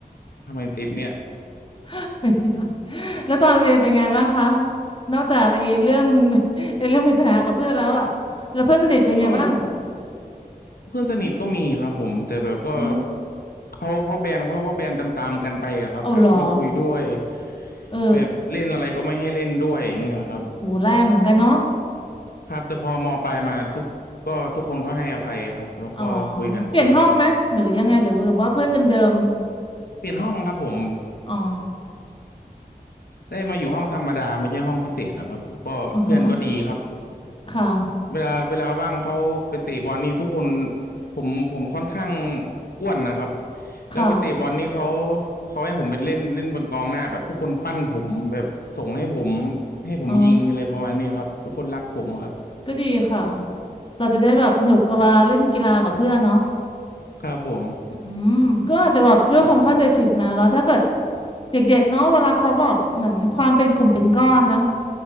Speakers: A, on the left; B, on the left.
A: ทำไมติดเนี่ย
B: <laughs> ไปด้วยแล้วตอนเรียนเป็นไงบ้างคะนอกจากไอ้เรื่องไอ้เรื่องมีปัญหากับเพื่อนแล้วอ่ะแล้วเพื่อนสนิทเป็นไงบ้าง
A: ก็เพื่อนสนิทก็มีครับผม แต่แบบก็
B: ฮะ
A: เขาเขาแบนเขาก็แบนตามๆกันไปอะครับแบบไม่คุยด้วย
B: เอาเหรอเออ
A: แบบเล่นอะไรก็ไม่ให้เล่นด้วยอย่างเงี้ยครับ
B: หูแรงเหมือนกันเนาะ
A: ครับแต่พอมปลายมาทุกก็ทุกคนก็ให้อภัยครับแล้วก็คุยกันปกติ
B: อ๋อเปลี่ยนห้องไหมหรือยังไงหรือหรือว่าเพื่อนเดิม
A: เปลี่ยนห้องครับผม
B: ๆอ๋อ
A: ได้มาอยู่ห้องธรรมดาไม่ใช่ห้องพิเศษนะครับก็เพื่อนก็ดีครับ
B: อือฮึค่ะ
A: เวลาเวลาว่างเขาไปเตะบอลนี่ทุกคนผมผมค่อนข้างอ้วนนะครับ
B: ค่ะ
A: แล้วไปเตะบอลนี่เขาเขาให้ผมเป็นเล่นเล่นเป็นกองหน้าแบบทุกคนปั้นผมแบบส่งให้ผมให้ผมยิงอะไรประมาณนี้ครับทุกคนรักผมครับ
B: อ๋อก็ดีค่ะ เราจะได้แบบสนุกกับเวลาเล่นกีฬากับเพื่อนเนาะ
A: ครับผม
B: อืมก็อาจจะแบบด้วยความเข้าใจผิดมาแล้วถ้าเกิดเด็กๆเนาะเวลาเขาแบบเหมือนความเป็นกลุ่มเป็นก้อนนะ